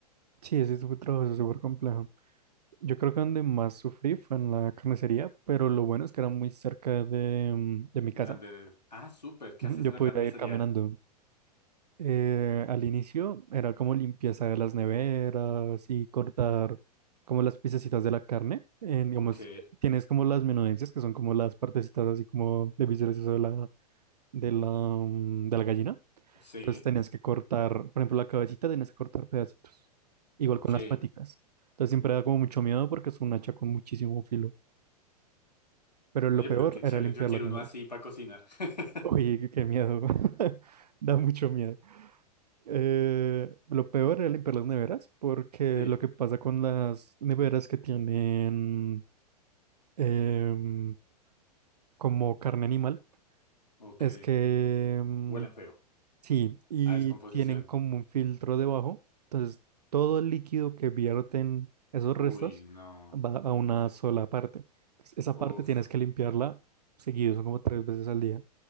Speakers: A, on the right (about 70°); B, on the left (about 85°).
A: sí, ese fue trabajo súper complejo. Yo creo que donde más sufrí fue en la carnicería, pero lo bueno es que era muy cerca de, mm, de mi
B: De
A: casa.
B: dónde Ah, súper, ¿qué
A: Ujú,
B: hacías
A: Yo
B: en
A: podía
B: la carnicería?
A: ir caminando, Eh, al inicio era como limpieza de las neveras y cortar como las piececitas de la carne. En, digamos,
B: Ok,
A: tienes como las menudencias, que son como las partecitas así como de vísceras y eso de la, de la, mm, de la gallina.
B: sí,
A: Entonces tenías que cortar, por ejemplo, la cabecita tenías que cortar pedacitos. Igual
B: ok.
A: con las paticas. Entonces siempre da como mucho miedo porque es un hacha con muchísimo filo. Pero
B: Oye,
A: lo peor
B: pero qué
A: era
B: chévere,
A: limpiar
B: yo quiero
A: las neveras.
B: uno así para cocinar. <laughs>
A: Uy, qué miedo. <laughs> Da mucho miedo. Eh, lo peor era limpiar las neveras, porque
B: Sí,
A: lo que pasa con las neveras que tienen em, como carne animal
B: ok.
A: es que em,
B: Huelen feo.
A: sí, y
B: A descomposición.
A: tienen como un filtro debajo, entonces todo el líquido que vierten esos restos
B: Uy, no.
A: va a una sola parte. Entonces, esa parte
B: Uf,
A: tienes que limpiarla seguido, son como tres veces al día.